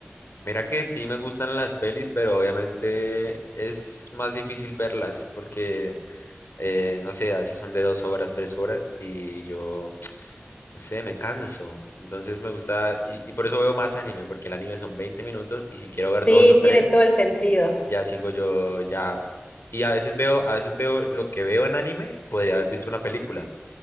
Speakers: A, on the left; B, on the left.
A: Mira que sí me gustan las pelis, pero obviamente es más difícil verlas porque, eh, no sé, a veces son de dos horas, tres horas, y yo no sé, me canso. Entonces me gusta, y, y por eso veo más anime, porque el anime son 20 minutos y si quiero ver
B: Sí,
A: dos o tres,
B: tiene todo el sentido.
A: ya sigo yo, ya. Y a veces veo, a veces veo lo que veo en anime, podría haber visto una película,